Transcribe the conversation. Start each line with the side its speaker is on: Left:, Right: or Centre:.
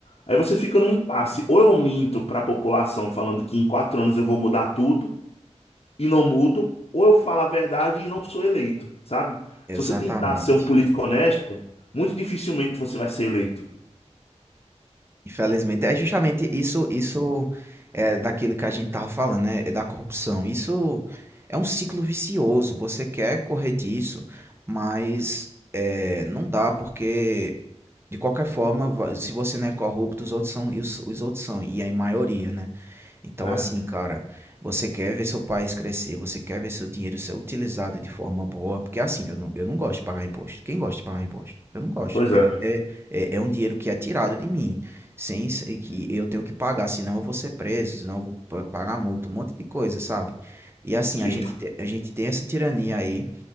Left: Aí você fica num impasse. Ou eu minto pra população falando que em quatro anos eu vou mudar tudo e não mudo, ou eu falo a verdade e não sou eleito, sabe?
Right: Exatamente.
Left: Se você tentar ser um político honesto, muito dificilmente você vai ser eleito.
Right: Infelizmente, é justamente isso isso é daquilo que a gente estava falando, né, é da corrupção. Isso é um ciclo vicioso, você quer correr disso, mas, eh, não dá porque, de qualquer forma, va se você não é corrupto, os outros são e os os outros são, e é em maioria, né. Então,
Left: É,
Right: assim, cara, você quer ver seu país crescer, você quer ver seu dinheiro ser utilizado de forma boa, porque assim, eu não, eu não gosto de pagar imposto. Quem gosta de pagar imposto? Eu não gosto.
Left: pois
Right: É,
Left: é.
Right: é, é é um dinheiro que é tirado de mim, sem ser que eu tenho que pagar, senão eu vou ser preso, senão eu vou pa- pagar multa, um monte de coisa, sabe? E assim,
Left: Sim,
Right: a gente, te- a gente tem essa tirania aí